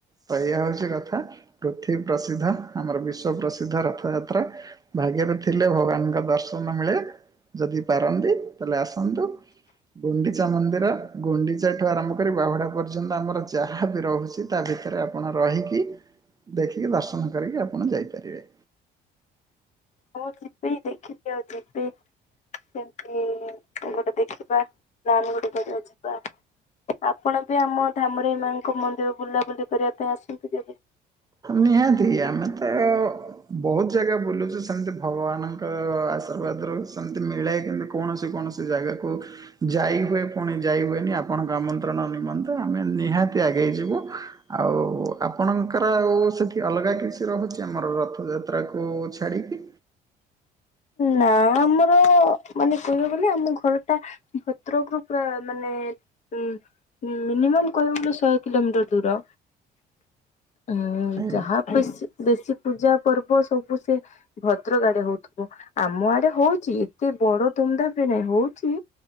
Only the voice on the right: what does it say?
ତ ଏୟା ହଉଛି କଥା ପୃଥିବୀ ପ୍ରସିଦ୍ଧ ଆମର ବିଶ୍ଵ ପ୍ରସିଦ୍ଧ ରଥଯାତ୍ରା। ଭାଗ୍ୟରେ ଥିଲେ ଭଗବାନଙ୍କ ଦର୍ଶନ ମିଳେ ଯଦି ପାରନ୍ତି ତାହେଲେ ଆସନ୍ତୁ। ଗୁଣ୍ଡିଚା ମନ୍ଦିର ଗୁଣ୍ଡିଚ ସେଠୁ ଆରମ୍ଭ କରି ବାହୁଡା ପର୍ଯ୍ୟନ୍ତ ଆମର ଯାହା ବି ରହୁଛି ତା ଭିତରେ ଆପଣ ରହିକି ଦେଖିକି ଦର୍ଶନ କରିକି ଆପଣ ଯାଇପାରିବେ।
ନିହାତି ଆମେ ତ ବହୁତ ଜାଗା ବୁଲୁଛୁ ସେମିତି ଭଗବାନ ଆଶୀର୍ବାଦରୁ ସେମିତି ମିଳେଏ କିମତି କୌଣସି କୌଣସି ଜାଗାକୁ ଯାଇ ହୁଏ ପୁଣି ଯାଇ ହୁଏନି ଆପଣଙ୍କ ଆମନ୍ତ୍ରଣ ନିମନ୍ତେ ଆମେ ନିହାତି ଆଗେଇ ଯିବୁ। ଆଉ ଆପଣଙ୍କ ଙ୍କର ଆଉ ସେଠି ଅଲଗା କିଛି ରହୁଛି ଆମର ରଥଯାତ୍ରାକୁ ଛାଡ଼ିକି।
ଆଜ୍ଞା